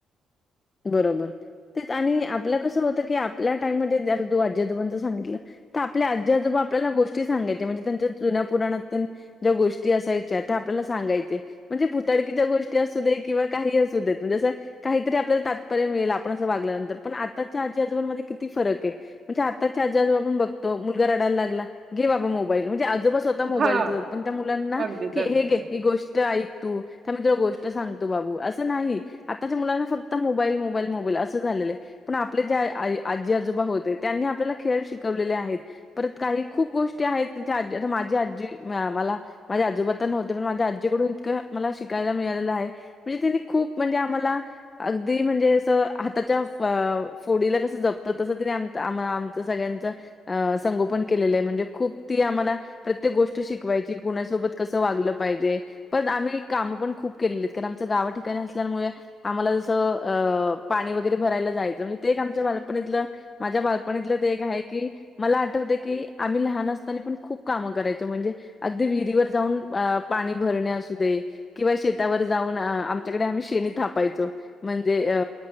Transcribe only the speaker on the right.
हा
अगदीच
अगदीच